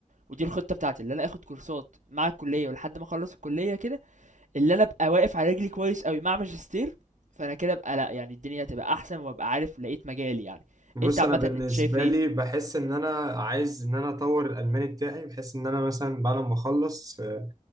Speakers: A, on the right; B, on the right.
A: ودي الخطة بتاعتي، اللي أنا آخد كورسات مع الكلية ولحد ما أخلّص الكلية كده اللي انا ابقى واقف على رجلي كويس قوي مع ماجستير فانا كده ابقى لا يعني الدنيا هتبقى احسن وابقى عارف لقيت مجالي يعني
B: بص
A: انت عامه
B: انا بالنسبة
A: انت شايف ايه
B: لي بحس ان انا عايز ان انا اطور الالماني بتاعي بحس ان انا مثلا بعد ما اخلص آه،